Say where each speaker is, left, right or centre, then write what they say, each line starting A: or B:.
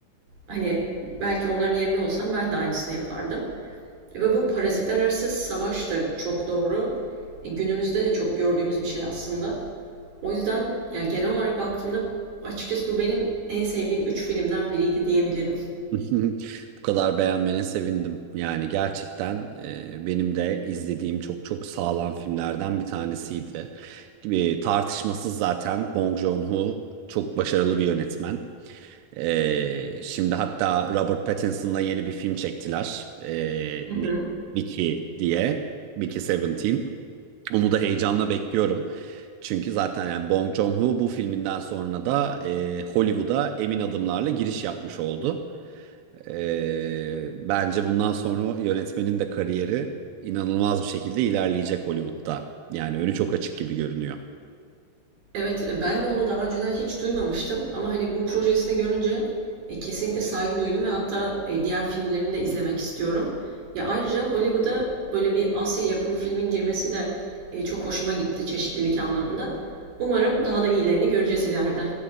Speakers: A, on the right; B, on the right.
A: Hani belki onların yerinde olsam ben de aynısını yapardım. Ve bu parazitler arası savaş da çok doğru. E, günümüzde de çok gördüğümüz bir şey aslında. O yüzden yani genel olarak baktığımda açıkçası bu benim en sevdiğim 3 filmden biriydi diyebilirim.
B: <laughs> Bu kadar beğenmene sevindim. Yani gerçekten e, benim de izlediğim çok çok sağlam filmlerden bir tanesiydi. E, tartışmasız zaten Bong Joon-ho çok başarılı bir yönetmen. E, şimdi hatta Robert Pattinson'la yeni bir film çektiler. E,
A: Hı hı.
B: Mickey diye. Mickey 17. Onu da heyecanla bekliyorum. Çünkü zaten yani Bong Joon-ho bu filminden sonra da e, Hollywood'a emin adımlarla giriş yapmış oldu. E, bence bundan sonra yönetmenin de kariyeri inanılmaz bir şekilde ilerleyecek Hollywood'da. Yani önü çok açık gibi görünüyor.
A: Evet, e, ben de onu daha önceden hiç duymamıştım ama hani bu projesini görünce e, kesinlikle saygı duydum ve hatta e, diğer filmlerini de izlemek istiyorum. Ya ayrıca Hollywood'a böyle bir Asya yapımı filmin girmesi de e, çok hoşuma gitti çeşitlilik anlamında. Umarım daha da iyilerini göreceğiz ileride.